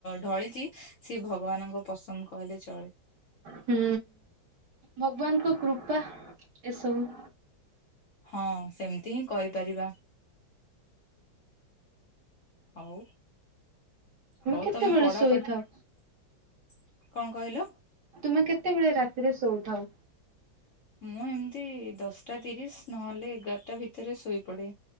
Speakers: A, on the left; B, on the right.
A: ଢଳିଛି ସିଏ ଭଗବାନଙ୍କ ପସନ୍ଦ କହିଲେ ଚଳେ।
B: ହୁଁ ଭଗବାନଙ୍କ କୃପା ଏସବୁ
A: ହଁ ସେମିତି ହିଁ କହିପାରିବା। ହଉ ହଉ
B: କେତେବେଳେ
A: ତମେ ପଢ଼ା
B: ଶୋଇଥାଅ?
A: ପ କଣ କହିଲ?
B: ତମେ କେତେବେଳେ ରାତିରେ ଶୋଉଥାଉ?
A: ମୁଁ ଏମିତି ଦଶଟା ତିରିଶ ନହେଲେ ଏଗାର ଟା ଭିତରେ ଶୋଇ ପଡେ